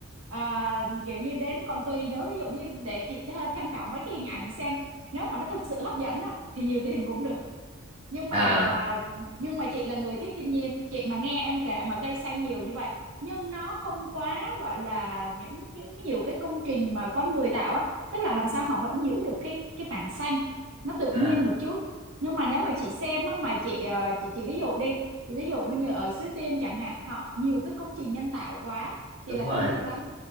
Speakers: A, on the right; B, on the right.
A: à, kiểu như đến còn tùy nữa ví dụ như để chị tha- tham khảo mấy cái hình ảnh xem nếu mà nó thực sự hấp dẫn á thì nhiều tiền cũng được nhưng
B: à
A: mà nhưng mà chị là người thích thiên nhiên chị mà nghe em kể mà cây xanh nhiều như vậy nhưng nó không quá gọi là những những nhiều cái công trình mà con người tạo á tức là làm sao họ vẫn giữ được cái cái mảng xanh nó tự
B: à
A: nhiên một chút nhưng mà nếu mà chị xem á mà chị ờ, chị chị ví dụ đi chị ví dụ như ở Suối Tiên chẳng hạn họ nhiều cái công trình nhân tạo quá
B: đúng
A: chị là
B: rồi
A: không thích lắm